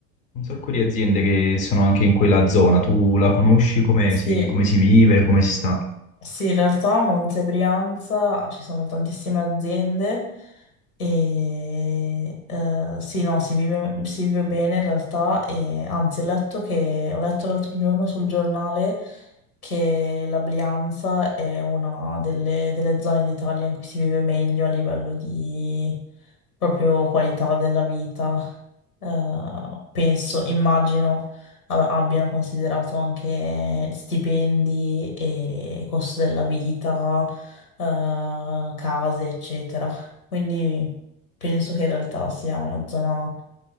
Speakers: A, on the left (about 20°); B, on the left (about 80°).
A: un sacco di aziende che sono anche in quella zona. Tu la conosci, come
B: Sì.
A: si, come si vive, come si sta?
B: Sì, in realtà a Monte Brianza ci sono tantissime aziende e eh, sì, no, si vive, si vive bene in realtà e anzi ho letto che ho letto l'altro giorno sul giornale che la Brianza è una delle, delle zone d'Italia in cui si vive meglio a livello di proprio qualità della vita. Eh, penso, immagino ab- abbiano considerato anche stipendi e costo della vita, eh, case, eccetera. Quindi penso che in realtà sia una zona